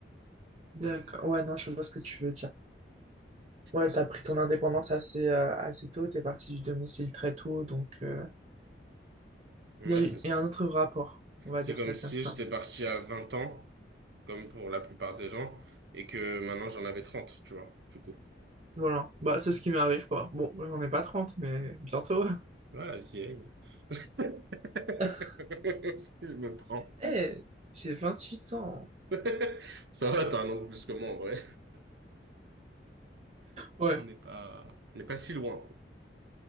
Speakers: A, on the right; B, on the right.
A: D'accord.
B: Euh,
A: Ouais, non, je vois ce que tu veux dire.
B: Je
A: Ouais,
B: pense
A: t'as
B: que c'est
A: pris
B: pour
A: ton
B: ça.
A: indépendance assez, euh, assez tôt, t'es parti du domicile très tôt, donc euh,
B: Ouais,
A: il y a eu,
B: c'est ça.
A: il y a un autre rapport, on va
B: C'est
A: dire
B: comme
A: ça
B: si
A: comme ça.
B: j'étais parti à vingt ans. comme pour la plupart des gens, et que maintenant j'en avais 30, tu vois, du coup.
A: Voilà, bah c'est ce qui m'arrive, quoi. Bon, j'en ai pas trente, mais bientôt.
B: Voilà, vieille. <laughs>
A: <laughs>
B: Je me prends.
A: Eh, j'ai vingt-huit ans.
B: <laughs> Ça va, t'as un an de plus que moi, en vrai.
A: Ouais,
B: On n'est pas, on n'est pas si loin.